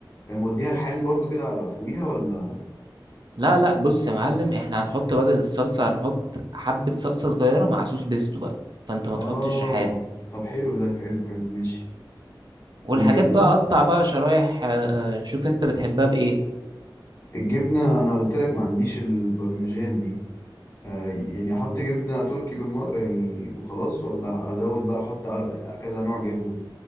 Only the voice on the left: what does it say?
ده موديها ريحان برضو كده على- فوقيها ولا
اه
طب حلو ده حلو حلو ماشي
والجبنة
الجبنة انا قلت لك ما عنديش البرمجان دي آه يعني احط جبنة تركي بالم... يعني وخلاص ولا ازود بقى احط أر- كذا نوع جبنة